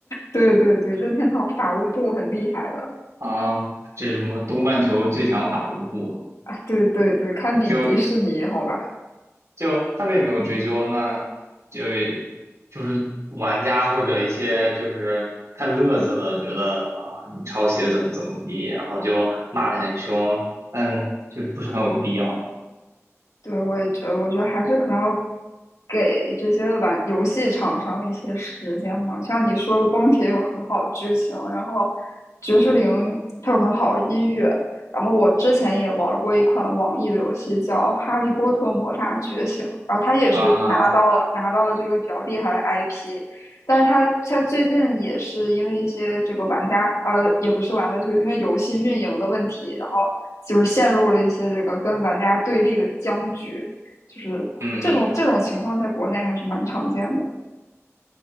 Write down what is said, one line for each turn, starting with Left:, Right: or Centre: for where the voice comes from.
Left: 对对对，任天堂法务部很厉害的
Right: 啊，这是什么东半球最强法务部，
Left: 啊，对对对，堪比迪士尼，
Right: 就。
Left: 好吧？
Right: 就他们也没有追究，那就就是玩家或者一些就是看乐子的，觉得啊、你抄袭的怎么怎么地，然后就骂得很凶，但就不是很有必要
Left: 对，我也觉得，我觉得还是可能要给这些玩游戏厂商一些时间嘛。像你说的，《崩铁》有很好的剧情，然后《爵士零》它有很好的音乐。然后我之前也玩过一款网易的游戏叫《哈利波特魔法觉醒》，然后它也是拿到了拿到了这个比较厉害的
Right: 啊哈，
Left: IP，但是它它最近也是因为一些这个玩家呃也不是玩家，就是因为游戏运营的问题，然后就是陷入了一些这个跟玩家对立的僵局，就是这种这种情况在国内还是蛮常见的。
Right: 嗯哼，